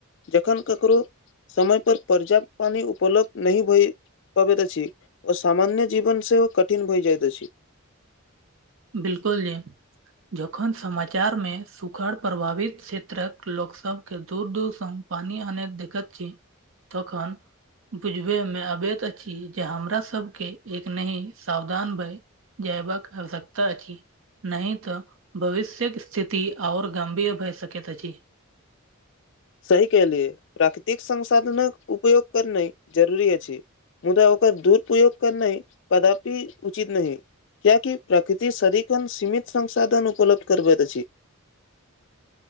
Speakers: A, on the left; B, on the right.
A: जखन ककरो समय पर पर्याप्त पानी उपलब्ध नहि भए पाबैत अछि ओ सामान्य जीवन सेहो कठिन भइ जाइत अछि
B: बिलकुलये जखन समाचार मे सुखाड़ प्रभावित क्षेत्रक लोकसभके दूर दूर सँ पानी आनेत देखत छी तखन बुझबे मे अबैत अछि जे हमरा सबके एक नहि सावधान भय जैवाक आवष्य कता अछि नहि तऽ भविष्यके स्थिति आऔर गं्भीर भए सकैत अछि
A: सही केलियै प्राकृतिक संसाधनक उपयोग करनाइ जरूरी अछि मुदा ओकर दुरुपयोग करनाइ कदापि उचित नहि कियाकि प्रकृति सदिखन सीमित संसाधन उपलब्ध करबैत अछि